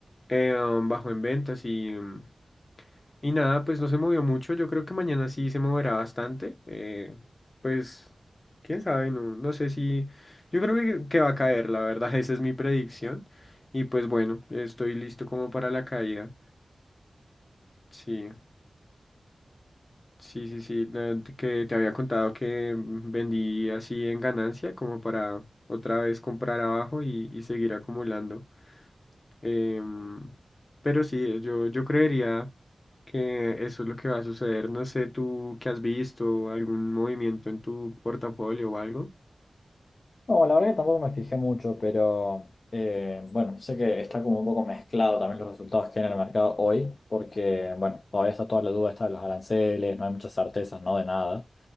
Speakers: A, on the left; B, on the left.
A: eh, bajó en ventas y... em, Y nada, pues no se movió mucho. Yo creo que mañana sí se moverá bastante. eh, pues, quién sabe, no, no sé si. Yo creo que, que va a caer, la verdad. <laughs> Esa es mi predicción. Y pues bueno, estoy listo como para la caída. Sí, sí, sí, sí. la- Que te había contado que mm, vendí así en ganancia, como para otra vez comprar abajo y, y seguir acumulando. Em, pero sí, yo, yo creería que eso es lo que va a suceder. No sé, tú qué has visto, algún movimiento en tu portafolio o algo.
B: No, la verdad que tampoco me fijé mucho, pero eh, bueno, sé que está como un poco mezclado también los resultados que hay en el mercado hoy, porque bueno, todavía está toda la duda esta de los aranceles, no hay muchas certezas, no de nada.